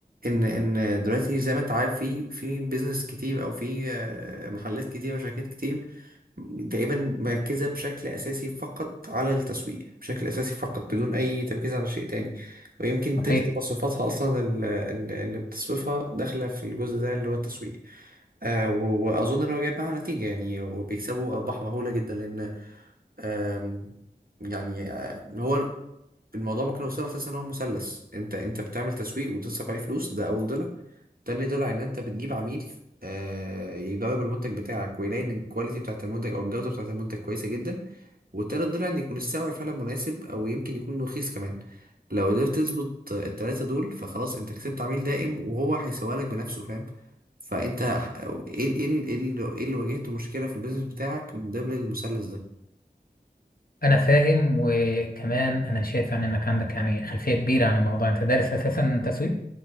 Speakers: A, on the right; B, on the left.
A: ان ان دلوقتي زي ما انت عارف في في بيزنس كتير او في آه، محلات كتير وشركات كتير تقريبا مركزة بشكل اساسي فقط على التسويق بشكل اساسي فقط بدون اي تركيز على شيء تاني ويمكن
B: صحيح
A: تلت مصروفاتها اصلا ال- ال- اللي بتصرفها داخلة في الجزء ده اللي هو التسويق آه و- واظن ان هو جايب معاه نتيجه يعني وبيكسبوا ارباح مهوله جدا لان آم، يعني آه، هو الموضوع ممكن يوصل اساسا ان هو مثلث انت انت بتعمل تسويق وتصرف عليه فلوس ده اول ضلع تاني ضلع ان انت بتجيب عميل آه، يجرب المنتج بتاعك ويلاقي ان الكواليتي بتاعت المنتج او الجوده بتاعت المنتج كويسه جدا والتالت ضلع ان يكون السعر فعلا مناسب او يمكن يكون رخيص كمان لو قدرت تظبط التلاتة دول فخلاص انت كسبت عميل دائم وهو هيسوق لك بنفسه فاهم فانت ح- ايه ال- ايه ال- ايه اللي ايه اللي واجهته مشكلة في البيزنس بتاعك من ضمن المثلث ده
B: انا فاهم وكمان انا شايف يعني انك عندك يعني خلفيه كبيره عن الموضوع انت دارس اساسا تسويق